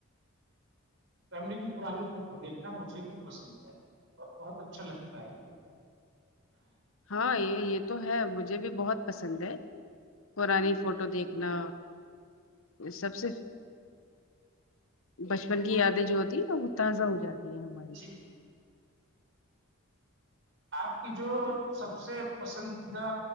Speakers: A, on the right (about 55°); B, on the left (about 70°).
A: فیملی کی پرانی فوٹو دیکھنا مجھے بھی پسند ہے اور بہت اچھا لگتا ہے
B: ہاں یہ یہ تو ہے مجھے بھی بہت پسند ہے قانی فوٹو دیکھنا سب سے <unintelligible> بچپن کی یادیں جو ہوتی ہیں نا وہ تازہ ہو جاتی ہیں ہماری
A: جی جی جی آپ کی جو سب سے پسندیدہ